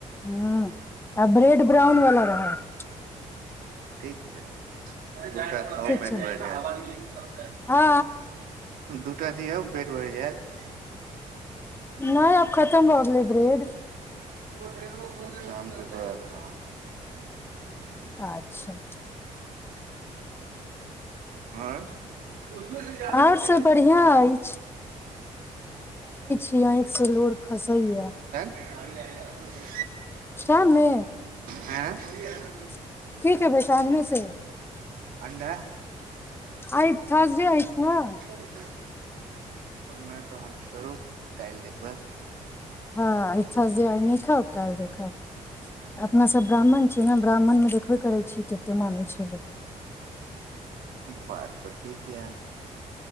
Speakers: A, on the left (about 15°); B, on the right (about 80°).
A: ह आ ब्रेड ब्राउन वाला रहत
B: ठीक छै द ख
A: ठीक
B: प
A: छलै आ
B: दटा दिय हक बेेट भढ़ जायत
A: नहि अब खतम हो गेलै ब्रेड
B: चछा क त
A: अच्छा
B: आँ उसमे से जदा
A: आओर
B: निकल
A: सब बढ़िया अछि क आ एक सलोर खस ही है
B: ान ल
A: शाम मे
B: हैं ऊपर
A: कठ कहबै तने से
B: अंडा
A: आइ थर्सडे अछि ने
B: एक नहि तऽ हँ छोड़ू कल देखब
A: हँ आइ थर्सडे आइ नहि खाउ काल्हि देखब अपना सब ब्राह्मण छी ने ब्राह्मण मे देखबे करै छी कते मानै छै लोक
B: बात तऽ ठीक य